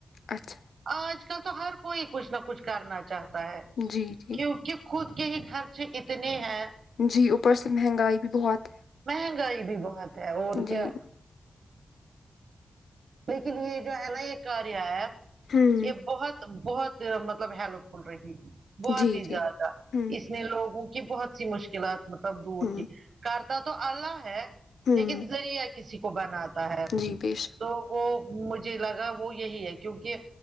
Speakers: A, on the left (about 85°); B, on the right (about 65°).
A: اچھا
B: آج کل تو ہر کوئی کچھ نہ کچھ کرنا چاہتا ہے
A: جی جی
B: کیونکہ خود کے ہی خرچ اتنے ہیں
A: جی اوپر سے مہنگائی بھی بہت ہے
B: مہنگائی بھی بہت ہے اور
A: جی
B: کیا لیکن یہ جو ہے نا یہ کاریا ایپ
A: ہوں
B: یہ بہت بہت مطلب ہیلپ فل رہی بہت
A: جی
B: ہی
A: جی
B: زیادہ
A: ہوں
B: اس نے لوگوں کی بہت سی مشکلات مطلب دور
A: ہوں
B: کی کرتا تو اللہ ہے
A: ہوں
B: لیکن ذریعہ کسی کو بناتا ہے
A: جی بے شک
B: تو وہ مجھے لگا وہ یہی ہے کیونکہ